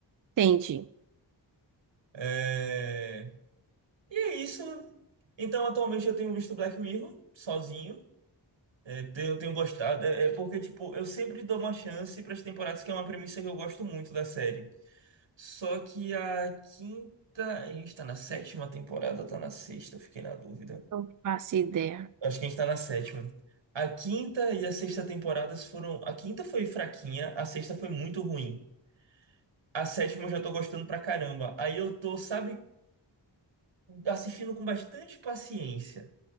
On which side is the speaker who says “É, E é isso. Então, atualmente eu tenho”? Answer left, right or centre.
Right